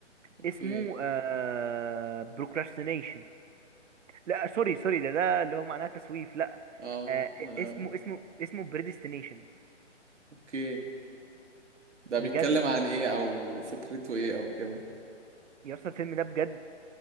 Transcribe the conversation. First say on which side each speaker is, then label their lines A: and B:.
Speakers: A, on the right; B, on the right.
A: اوكي
B: اسمه آه بروكراستينيشن لا سوري سوري ده ده اللي هو معناه تسويف لا
A: اه
B: آه
A: انا
B: اسمه اسمه اسمه بريديستينيشن
A: اوكي ده بيتكلم
B: بجد
A: عن ايه او فكرته ايه او كده
B: يا اسطى الفيلم ده بجد